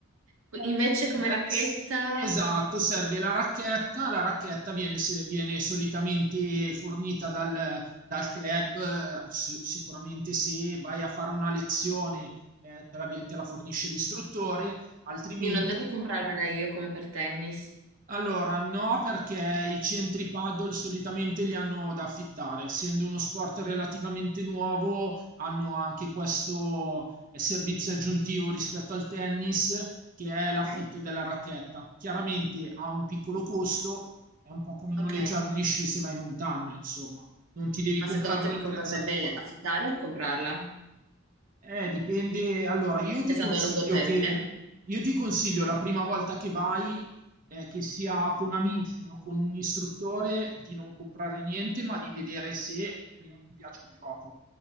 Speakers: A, on the right (about 80°); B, on the right (about 40°).
A: Qui-
B: poi
A: invece
B: c'è-
A: come racchetta,
B: esatto, serve la racchetta, la racchetta viene, se- viene solitamente fornita dal, dal club, eh, si- sicuramente se vai a fare una lezione eh, te la, vi- te la fornisce l'istruttore, altrimenti
A: quindi non devo comprarmela io come per tennis.
B: allora, no, perché i centri paddle solitamente li hanno da affittare. Essendo uno sport relativamente nuovo, hanno anche questo eh, servizio aggiuntivo rispetto al tennis, che è
A: Ok,
B: l'affitto della racchetta. Chiaramente ha un piccolo costo, è un po' come noleggiare
A: ok.
B: gli sci se vai in montagna, insomma, non ti devi
A: Ma
B: comprare
A: secondo te
B: l'attrezzatura.
A: mi converrebbe affittare o comprarla?
B: Eh, dipende. Allora, io ti
A: Pensando
B: consiglio
A: a lungo termine.
B: che io ti consiglio la prima volta che vai, eh, che sia con amici o con un istruttore, di non comprare niente, ma di vedere se prima ti piace il gioco.